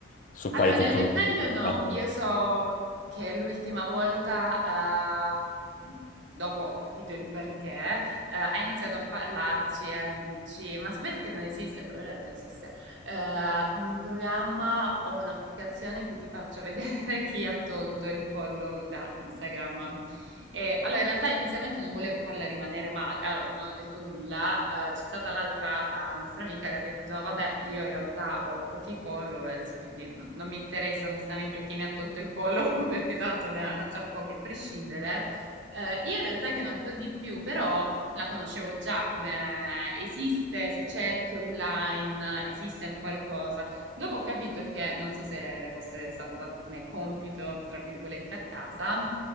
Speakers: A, on the left; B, on the right.
A: su
B: Allora,
A: quali tecnologie
B: nel dettaglio
A: diciamo,
B: no, io so mh, che l'ultima volta, ehm, dopo ho capito il perché, eh, ha iniziato a parlarci e a dirci, ma sapete che non esiste, però in realtà esiste, eh, un programma o un'applicazione che ti faccia vedere <laughs> chi ha tolto il follow da Instagram. Eh, allora, in realtà inizialmente non volevo farla rimanere male, allora, non ho detto nulla. eh, c'è stata l'altra eh, nostra amica che ha detto: Vabbè, io in realtà ho pochi followers, quindi non, non mi interessa onestamente chi mi ha tolto il follow <laughs> perché tanto ne hanno già pochi a prescindere. Eh, io in realtà che non po' di più, però la conoscevo già come esiste, se cerchi online esiste un qualcosa. Dopo ho capito che, non so se le fosse stato dato come compito, tra virgolette, a casa,